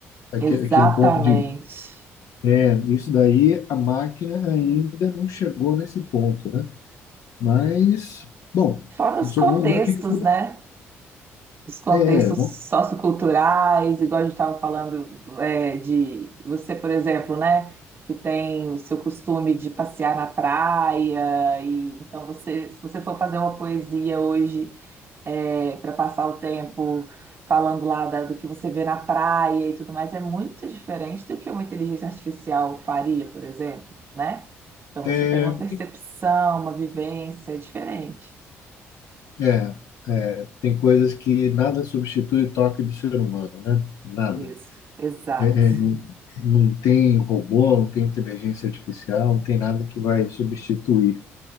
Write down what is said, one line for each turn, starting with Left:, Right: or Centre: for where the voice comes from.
Left: aque-
Right: exatamente.
Left: aquele ponto de. É, isso daí a máquina ainda não chegou nesse ponto, né? Mas, bom,
Right: Fora os
Left: eu sou,
Right: contextos,
Left: vamos ver o que que o futuro-
Right: né? Os contextos
Left: é,
Right: socioculturais, igual a gente estava falando é, de você, por exemplo, né? Que tem o seu costume de passear na praia, e então você, se você for fazer uma poesia hoje para passar o tempo falando lá da- do que você vê na praia e tudo mais, é muito diferente do que uma inteligência artificial faria, por exemplo, né? Então
Left: vamos
Right: você tem uma percepção, uma vivência diferente.
Left: É, é, tem coisas que nada substitui o toque do ser humano, né? Nada.
Right: Isso, exato,
Left: É, é, não, não tem robô, não tem inteligência artificial, não tem nada que vai substituir.